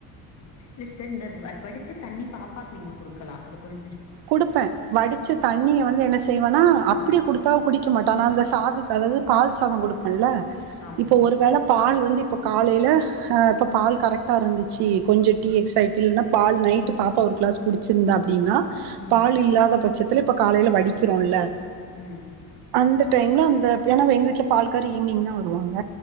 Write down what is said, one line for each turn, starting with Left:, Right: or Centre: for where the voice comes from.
Left: லிஸ்டர் இந்த வடிச்ச தண்ணி பாப்பாக் நீங்க குடுக்கலா அது கொஞ்
Right: குடுப்ப வடிச்ச தண்ணிய வந்து என்ன செய்வேனா அப்டிய
Left: ஆ
Right: கொடுத்தா குடிக் குட்க்கமாட்ட ளா அந்த சாதத்து அளவு பால் சாதோ கொடுப்பன்ல்ல
Left: ஆமா
Right: இப்ப ஒருவேள பால் வந்து இப்ப காலைய்ல இப்போ பால் கரெக்டா இருந்துச்சி கொஞ்சோ டீ எக்ஸைட்டி இல்லன்னா பால் நைட்டு பாப்பா ஒரு கிளாஸ் குடிச்சிருந்தா அப்டின்னா
Left: ம்
Right: பால் இல்லாத பட்சத்துல இப்ப காலைல வடிக்கிறோல்ல
Left: ம்
Right: அந்த டைம்ல அந்த ஏனா எங்க வீட்ல பால்கார் ஈவ்னிங் தா வருவாங்க